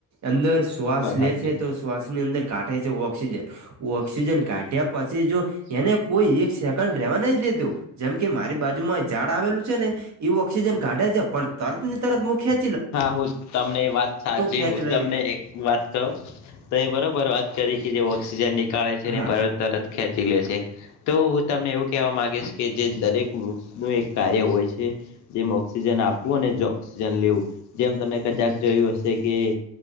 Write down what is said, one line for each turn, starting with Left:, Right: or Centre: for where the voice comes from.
Right: અંદર શ્વાસ
Left: વાત
Right: લે
Left: સાચી
Right: છે, તો શ્વાસની અંદર કાઢે છે ઓક્સિજન ઓઑક્સિજન કાઢ્યા પછી જો એને કોઈ એક સેકન્ડ રહેેવા નઈ લેતો જેમ કે મારી બાજુમાં ઝાડ આવેલું છે ને એવું ઓક્સિજન કાઢે છે, પણ તરત ને તરત મુખે
Left: હા, હું તમને એ વાત સાચી
Right: ખેંચ
Left: હું
Right: લઈ
Left: તમને એક વાત ક તોહી બરોબર વાત કરી કે જે ઓક્સિજન નીકળે છે,
Right: હા
Left: નેત તરત ખેંચી લે છે તો હું તમને એવું કહેવા માંગીશ કે જે દરેક વૃક્ષનું એક કાર્ય હોય છે, જેમ ઓક્સિજન આપવું અને ઓક્સિજન લેવું જેમ તમે કદાક જોયું હશે કે